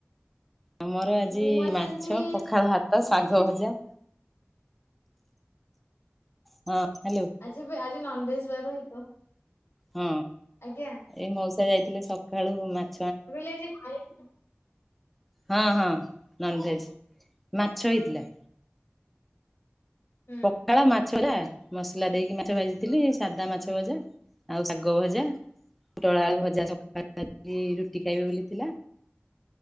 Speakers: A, in the centre; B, on the left.
A: ଆମର ଆଜି
B: ମୁଁ
A: ମାଛ,
B: ଆଣିଥିଲି
A: ପଖାଳ ଭାତ, ଶାଗ ଭଜା ହଁ ହାଲୋ।
B: ହଉଛି ଆଜି ନନଭେଜ ବାର ହେଇତ
A: ହଁ
B: ଆଜ୍ଞା
A: ଏଇ ମ ଯାଇଥିଲେ ସକାଳୁ ମାର୍କେ
B: ବିଲ ଯାଇ <unintelligible>
A: ହଁ ହଁ ନନଭେଜ। ମାଛ ହେଇଥିଲା।
B: ହୁଁ
A: ପଖାଳ ମାଛ ଜା ମସଲା ଦେଇକି ମାଛ ଭାଜିଥିଲି। ସାଧା ମାଛ ଭଜା ଆଉ ଶାଗ ଭଜା, ପୁଟଳ ଆଳୁ ଭଜା ସକା ରୁଟି ଖାଇବେ ବୋଲି ଥିଲା।